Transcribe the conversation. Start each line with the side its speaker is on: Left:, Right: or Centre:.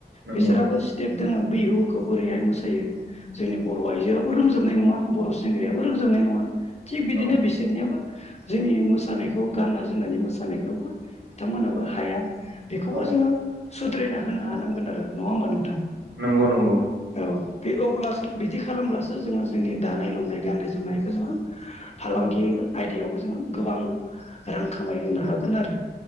Right: नंगौ
Left: बेसोराबो
Right: नंगौ
Left: टेब दोङो बिहुखौ बोरैहाय मोसायो जोंनि बर' आइजोआबो रोंजोबनाय नङा बर' सेंग्रायाबो रोंजोबनाय नङा थिग बिदिनो
Right: औ
Left: बिसोरनियाबो जोंनि मोसानायखौ गाननाय जोमनायनि मोसानायखौबो बिथांमोनाबो
Right: औ
Left: हाया बेखौबो
Right: औ
Left: जोङो सुद्रायना होनो हानांगोन आरो नङा होमबा नोंथां
Right: नंगौ नंगौ
Left: औ बे अब्ला बिदि खालामब्लासो जोङो जोंनि दानाय लुनाय गाननाय जोमनायखौ जोङो फालांगि
Right: औ
Left: आयदायावबो जों गोबां रां खामाय होनो हागोन आरो